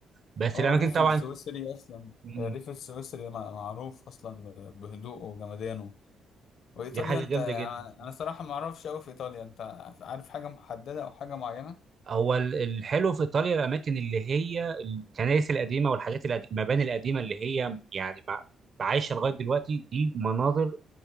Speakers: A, on the right; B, on the left.
A: بس
B: اه
A: الاماكن
B: الريف
A: طبعا
B: السويسري اصلا
A: مم،
B: الريف السويسري مع- معروف اصلا ب- بهدوءه وجمدانه وايطاليا
A: دي حاجه
B: انت
A: جامده جدا
B: انا صراحة ما اعرفش قوي في ايطاليا انت عارف حاجة محددة او حاجة معينة
A: هو ال- الحلو في ايطاليا الاماكن اللي هي الكنائس القديمه والحاجات القديمه المباني القديمه اللي هي يعني مع- عايشه لغايه دلوقتي دي مناظر